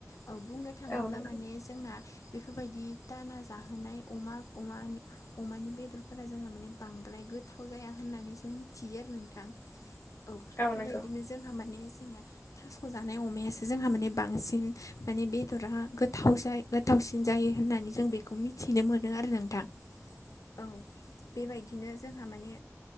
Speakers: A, on the left (about 85°); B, on the left (about 45°).
A: औ बुंनो थाङोब्ला
B: औ नंगौ
A: माने जोंना बेफोरबायदि दाना जाहोनाय अमा अमा अमानि बेदरफोरा जोंहा माने बांद्राय गो थाव जाया होननानै जों मिथियो आरो नोंथां।
B: <inaudible>
A: औ बेबायदिनो
B: नंगौ
A: जोंहा माने जोंहा थास' जानाय अमायासो जोंहा माने बांसिन माने बेदरा गोथाव ज गोथावसिन जायो होननानै जों बेखौ मिथिनो मोनो आरो नोंथां औ बेबायदिनो जोंहा माने